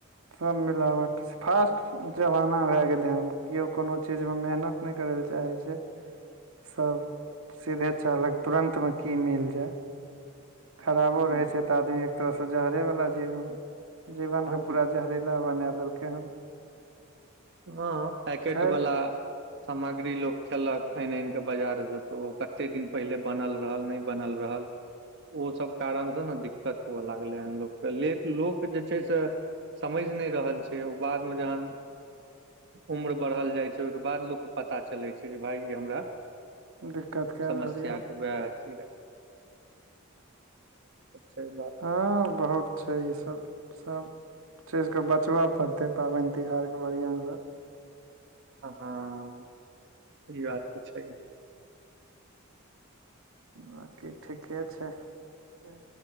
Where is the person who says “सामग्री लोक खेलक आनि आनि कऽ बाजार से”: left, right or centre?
Right